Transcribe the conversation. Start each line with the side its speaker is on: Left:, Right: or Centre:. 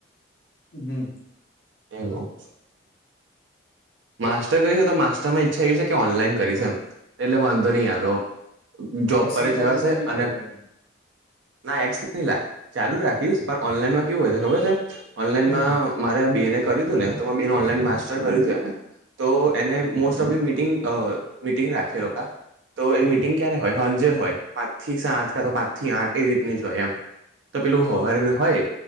Left: હમ
Right: <unintelligible> માસ્ટર કરીશ ને તો માસ્ટર માં ઈચ્છા એવી છે કે ઓનલાઈન કરીશ એમ એટલે વાંધો નહીં આવ્યો જોબ
Left: એક્સ
Right: પર
Left: રીતે
Right: જવાશે
Left: આપું તો બી
Right: અને
Left: કરે એમ.
Right: <unintelligible> ચાલુ રાખીશ પણ ઓનલાઈન માં કેવું હોય છે ખબર છે? ઓનલાઈનમાં
Left: હમ
Right: મારે બેએનએ કર્યું હતું ને તો ઓનલાઈન માસ્ટર કર્યું હતું એને તો એને most of the meeting meeting રાખેલો તો એ લોકા તો એ
Left: હમ
Right: મિટિંગ ક્યારે હોય હાંજે હોય પાંચ થી સાત કા તો પાંચ થી આઠ એ રીતની જ હોય એમ તો પેલું હવાર
Left: હ
Right: હોય